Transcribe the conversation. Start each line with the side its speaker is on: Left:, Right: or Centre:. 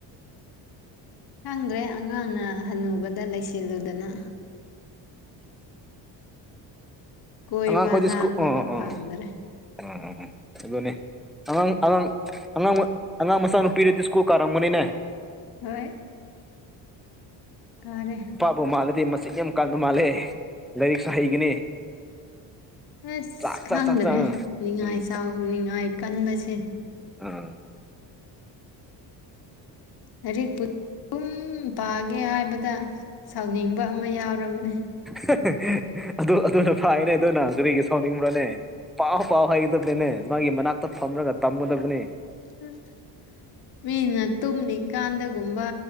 Left: ꯈꯪꯗ꯭ꯔꯦ ꯑꯉꯥꯡꯅ ꯍꯟꯅꯨꯕꯗ ꯂꯩꯁꯤꯜꯂꯨꯗꯅ ꯀꯣꯏꯕ
Centre: ꯑꯉꯥꯡꯈꯣꯏꯗꯤ
Left: ꯂꯥꯡꯕꯒ
Centre: ꯁ꯭ꯀꯨꯜ ꯑꯥ
Left: ꯐꯪꯗ꯭ꯔꯦ
Centre: ꯑꯥ
Left: <inaudible>
Centre: ꯑꯥ ꯑꯥ ꯑꯗꯨꯅꯦ ꯑꯉꯥꯡ ꯑꯉꯥꯡ ꯑꯉꯥꯡ ꯑꯉꯥꯡ ꯃꯆꯥꯅꯨꯄꯤꯗꯨꯗꯤ ꯁ꯭ꯀꯨꯜ ꯀꯥꯔꯝꯒꯅꯤꯅꯦ
Left: ꯍꯣꯏ ꯀꯥꯔꯦ
Centre: ꯕꯨ ꯃꯥꯜꯂꯗꯤ ꯃꯆꯤꯟ ꯌꯥꯝ ꯀꯟꯕ ꯃꯥꯜꯂꯦ ꯂꯥꯏꯔꯤꯛꯁꯨ ꯍꯩꯒꯅꯤ
Left: ꯑꯁ
Centre: ꯆꯥꯛ
Left: ꯈꯪꯗ꯭ꯔꯦ
Centre: ꯆꯥꯛ ꯆꯥꯛ ꯆꯥꯛ ꯑ
Left: ꯅꯤꯉꯥꯏ
Centre: ꯎꯝ
Left: ꯆꯥꯎ ꯅꯤꯡꯉꯥꯏ ꯀꯟꯕꯁꯦ
Centre: ꯑꯣ
Left: ꯂꯥꯏꯔꯤꯛꯄꯨ ꯑꯗꯨꯝ ꯄꯥꯒꯦ ꯍꯥꯏꯕꯗ ꯁꯥꯎꯅꯤꯡꯕ ꯑꯃ ꯌꯥꯎꯔꯕꯅꯦ
Centre: ꯍ ꯍ ꯑꯗꯨ ꯑꯗꯨꯅ ꯐꯥꯏꯅꯦ ꯑꯗꯨꯅ ꯀꯔꯤꯒꯤ ꯁꯥꯎꯅꯤꯡꯕ꯭ꯔꯅꯦ ꯄꯥꯎ ꯄꯥꯎ ꯍꯥꯏꯒꯗꯕꯅꯤꯅꯦ ꯃꯥꯒꯤ ꯃꯅꯥꯛꯇ ꯐꯝꯔꯒ ꯇꯝꯒꯗꯕꯅꯦ
Left: ꯑꯁ ꯃꯤꯅ ꯇꯨꯝꯅꯤꯡꯀꯥꯟꯗꯒꯨꯝꯕ